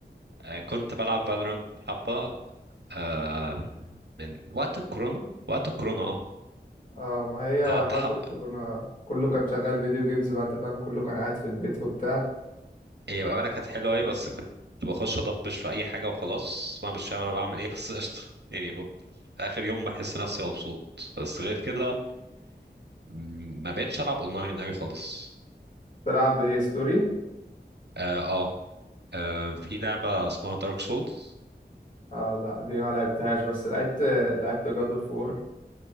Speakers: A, on the right; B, on the left.
A: آه كنت بلعب فالورانت حبة آه من وقت الكورونا وقت الكورونا اه
B: اه ما هي
A: قعدت
B: وقت
A: حبة
B: الكورونا كله كان شغال فيديو جيمز بقى انت فاهم كله كان قاعد في البيت وبتاع
A: هي بقى انا كانت حلوة اوي بس كنت بخش اضبش في اي حاجة وخلاص وانا مش فاهم انا بعمل ايه <laughs> بس قشطة يعني ب- في اخر يوم بحس نفسي مبسوط بس غير كده م- ما بقتش العب اونلاين اوي خالص
B: تلعب ايه ستوري
A: اه اه آه، في لعبة اسمها دارك سولز
B: اه لا دي ما لعبتهاش بس لعبت لعبت جاد اوف وور